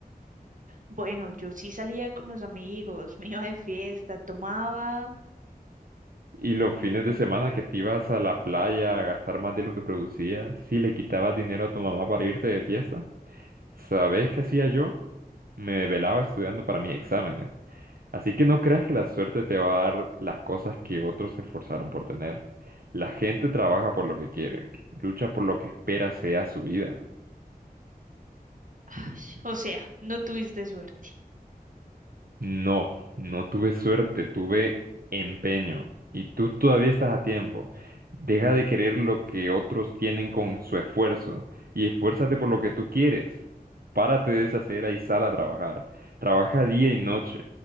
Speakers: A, on the right; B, on the right.
A: Bueno, yo sí salía con los amigos, me iba de fiesta, tomaba...
B: Y los fines de semana que te ibas a la playa a gastar más de lo que producías, si le quitabas dinero a tu mamá para irte de fiesta, ¿sabes qué hacía yo? Me desvelaba estudiando para mis exámenes. Así que no creas que la suerte te va a dar las cosas que otros se esforzaron por tener. La gente trabaja por lo que quiere, lucha por lo que espera sea su vida.
A: Ay, o sea, no tuviste suerte.
B: No, no tuve suerte, tuve empeño. Y tú todavía estás a tiempo. Deja de querer lo que otros tienen con su esfuerzo y esfuérzate por lo que tú quieres. Párate de esa cera y sal a trabajar. Trabaja día y noche.